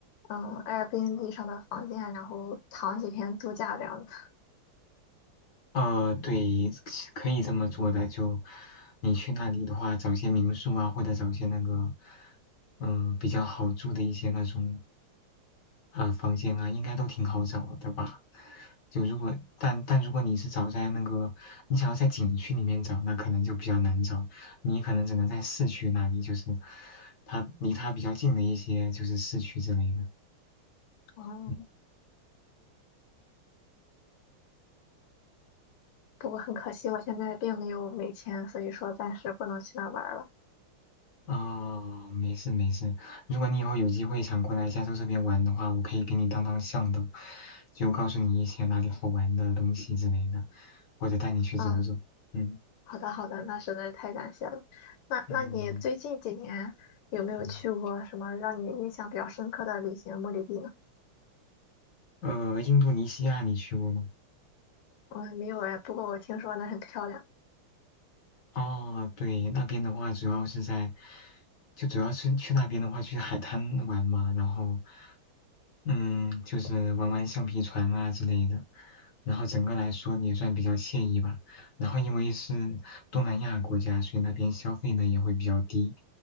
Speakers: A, on the left; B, on the left.
A: 嗯，Airbnb 上的房间，然后躺几天度假这样子？
B: 呃，对，可以这么做的。就你去那里的话，找些民宿啊，或者找些那个，嗯、比较好住的一些那种啊、房间啊，应该都挺好找的吧？就如果但但如果你是找在那个，你想要在景区里面找，那可能就比较难找，你可能只能在市区那里，就是它离它比较近的一些就是市区之类的。
A: 哦，
B: 嗯
A: 不过很可惜，我现在并没有美签，所以说暂时不能去那儿玩儿了。
B: 啊、没事没事。如果你以后有机会想过来加州这边玩的话，我可以给你当当向导，就告诉你一些哪里好玩的东西之类的，或者带你去走走。
A: 嗯，
B: 嗯
A: 好的好的，那实在太感谢了。那那你最近几年有没有去过什么让你印象比较深刻的旅行目的地呢？
B: 嗯嗯。呃，印度尼西亚你去过吗？
A: 我没有哎，不过我听说那很漂亮。
B: 啊，对，那边的话主要是在，就主要是去那边的话去海滩玩嘛，然后。嗯，就是玩玩橡皮船啊之类的，然后整个来说也算比较惬意吧。然后因为是东南亚国家，所以那边消费呢也会比较低，